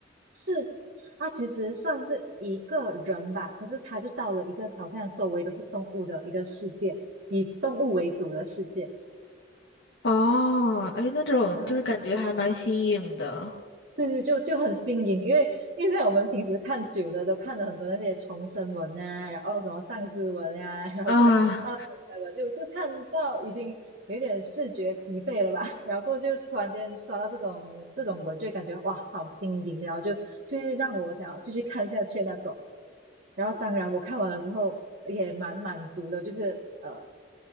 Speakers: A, on the right (about 65°); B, on the left (about 75°).
A: 是，它其实算是一个人吧，可是他就到了一个好像周围都是动物的一个世界，以动物为主的世界
B: 哦，哎，那种就是感觉还蛮新颖的
A: 啊。对对，就就很新颖，因为因为像我们平时看久了，都看了很多那些重生文啊，然后什么丧尸文啊，<laughs> 然后过发到题材文，
B: 啊。
A: 就就看到已经有点视觉疲惫了吧，<laughs> 然后就突然间刷到这种这种文，就会感觉哇，好新颖，然后就就会让我想要继续看下去那种。然后当然我看完了之后也蛮满足的，就是呃